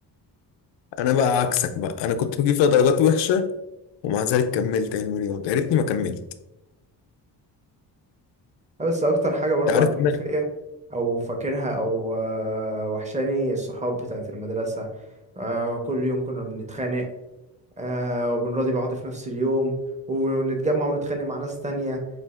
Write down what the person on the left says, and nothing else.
انا بقى عكسك بقى انا كنت بجيب فيها درجات وحشه ومع ذلك كملت علم الرياضه يا ريتني ما كملت
انت عارف
انا